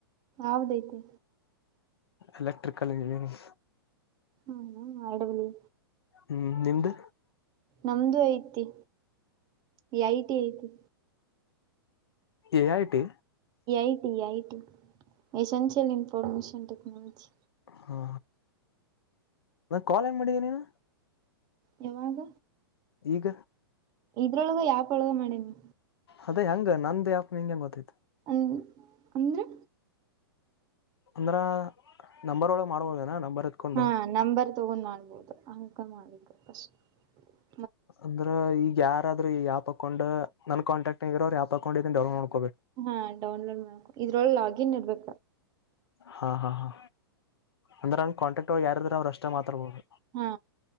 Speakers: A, on the right (about 30°); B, on the left (about 80°).
A: ಯಾವದಐತಿ.
B: ಎಲೆಕ್ಟ್ರಿಕಲ್. <inaudible>
A: ಹ್ಮ ಏನ್ ಮಾಡಲಿ.
B: ಹ್ಮ್ ನಿಮ್ದು.
A: ನಮ್ದು ಐತಿ ಈ ಐಟಿ ಐತಿ.
B: A I T.
A: IT IT essential information technology.
B: ಹಾ ಕಾಲಂಗ ಮಾಡಿದೀ ನೀನು.
A: ಯಾವಾಗ.
B: ಈಗ.
A: ಇದ್ರೊಳಗ ಆಪ್ ಒಳಗ ಮಾಡೇನು.
B: ಅದೇ ಹೆಂಗ ನಂದ ಆಪ್ ನಿಂಗೆ ಗೊತ್ತಾಯ್ತು.
A: ಹೂ ಅಂದ್ರೆ.
B: ಅಂದ್ರ ನಂಬರ್ ಒಳಗ ಮಾಡ್ಬೋದನಾ ನಂಬರ್ ಎತ್ಕೊಂಡು.
A: ಹಾ ನಂಬರ್ <unintelligible>
B: ಅಂದ್ರ ಈಗ ಯಾರಾದ್ರೂ ಯಾಪ್ ಹಾಕೊಂಡ್ ನನ್ ಕಾಂಟ್ಯಾಕ್ಟ್ ಆಗಿರೋ ಅವ್ ಯಾಪ್ಾಕೊಂಡ್ ಇದ ಡೆವಲಕ್ ನೋ.
A: ಹಾ ಡೌನ್ಲೋಡ್ ಮಾಡ್ಕು ಇದರೊಳಗ ಲಾಗಿನ್ ಇರ್ಬೇಕು.
B: ಹಾ ಹಾ ಹಾ ಅಂದ್ರೆಂಗ ಕಾಂಟಾಕ್ಟ್ ಒಳಗ ಯಾರಿದ್ರ ಅವರು ಅಷ್ಟೇ ಮಾತಾಡಬೇಕು.
A: ಹಾ